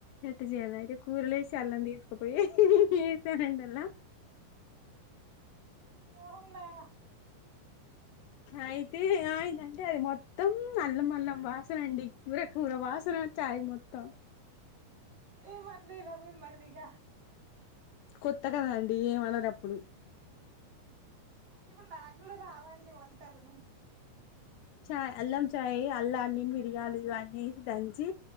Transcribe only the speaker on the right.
అవునా
ఏమ్ అన్లేదా మిమ్మల్ని ఇగ.
ఇప్పుడు నాకు కూడా రావండి వంటలు.